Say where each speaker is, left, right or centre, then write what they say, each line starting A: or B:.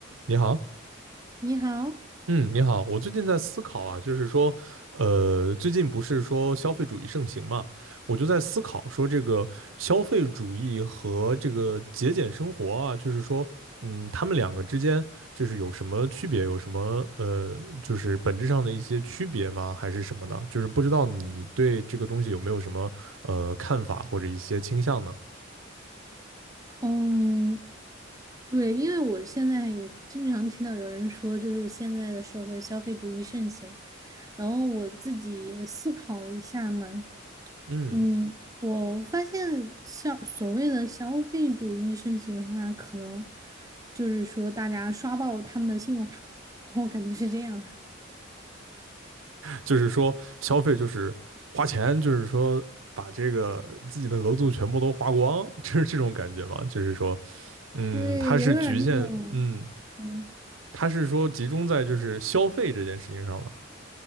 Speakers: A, on the right; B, on the right.
A: 你好，
B: 你好，
A: 嗯，你好，我最近在思考啊，就是说，呃，最近不是说消费主义盛行嘛，我就在思考说，这个消费主义和这个节俭生活啊，就是说，嗯，他们两个之间就是有什么区别，有什么呃，就是本质上的一些区别吗？还是什么的？就是不知道你对这个东西有没有什么呃看法或者一些倾向呢？
B: 嗯，对，因为我现在也经常听到有人说，就是现在的社会消费主义盛行，然后我自己思考了一下嘛，
A: 嗯
B: 嗯，我发现消所谓的消费主义盛行的话，可能就是说大家刷爆他们的信用卡，<laughs> 我感觉是这样的，
A: 就是说消费就是花钱，就是说把这个自己的额度全部都花光，<laughs> 就是这种感觉嘛。就是说，嗯，
B: 对，
A: 它是局限，
B: 有点儿那种。
A: 嗯，
B: 嗯，
A: 它是说集中在就是消费这件事情上了，